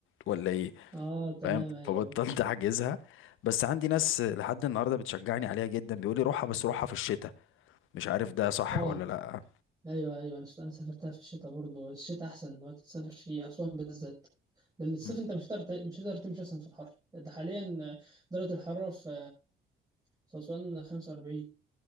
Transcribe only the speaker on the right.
اه تمام
ايوه
ايوه
اه
ايوه ايوه انا أنا سافرتها في الشتاء برضه الشتاء احسن وقت تسافر فيه اسوان بالذات لان الصيف
انت مش هتقدر ت- مش هتقدر تمشي اصلا في الحر ده حاليا درجه الحراره في في اسوان 45